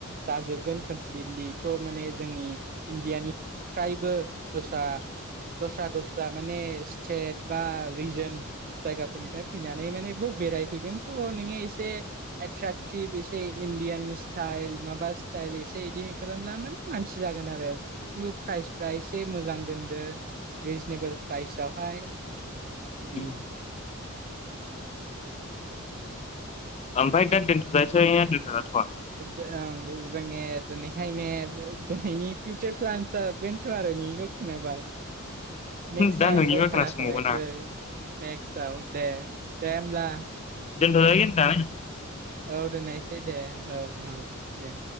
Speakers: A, on the right; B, on the left.
A: जाजोबगोन कमप्लिटलि थ' माने जोंनि इण्डियानि ट्राइब बो दस्रा दस्रा दस्रा माने स्टेट बा रिजन जायगाफोरनिफ्राय फैनानै माने बाव बेरायफैगोन थ' नोङो एसे एट्राेक्टिभ एसे इण्डियान स्टाइल माबा स्टाइल एसे बिदि खालामब्ला माने मानसि जागोन आरो खिन्थु प्राइसफ्रा एसे मोजां दोनदो रिजनेबोल प्राइसआवहाय बिदि
B: उम। ओमफ्राय दा दोनथ'जायसै दोनथ' जाथ'आ
A: ओं जोङो दिनैहायने दिनैनि फिउचार प्लेनसआ बेनोथ' आरो नोंनिल खोनाबाय नेक्स्टआव
B: दा नोंनिबो
A: आखौ खोनासंनायसै
B: खोनासंबावगोन आं
A: नेक्स्टआव दे दे होमब्ला
B: दोनथदो <unintelligible>
A: औ दोननायसै दे औ औ दे